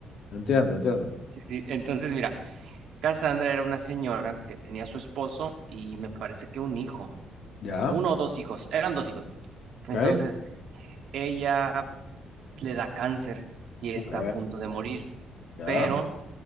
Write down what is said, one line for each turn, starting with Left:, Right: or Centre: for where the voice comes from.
Left: Entiendo, entiendo.
Right: Sí, sí. Entonces, mira, Cassandra era una señora que tenía a su esposo y me parece que un hijo,
Left: Ya,
Right: uno o dos hijos, eran dos hijos. Entonces,
Left: ok,
Right: ella le da cáncer y
Left: ok,
Right: está a punto de morir.
Left: ya,
Right: Pero